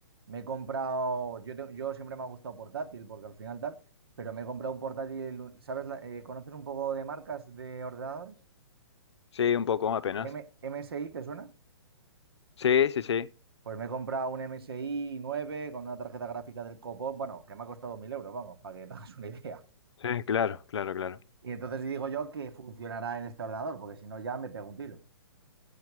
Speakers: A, on the right; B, on the left.
A: me he comprado, yo, te- yo siempre me ha gustado portátil, porque al final tal, pero me he comprado un portátil, ¿sabes? la- eh, ¿conoces un poco de marcas de ordenadores?
B: Sí, un poco apenas.
A: M- MSI, ¿te suena?
B: Sí, sí, sí.
A: Pues me he comprado un MSI 9 con una tarjeta gráfica del copón, bueno, que me ha costado mil euros, vamos, para que te hagas una idea.
B: Sí, claro, claro, claro.
A: Y entonces digo yo que funcionará en este ordenador, porque si no ya me pego un tiro.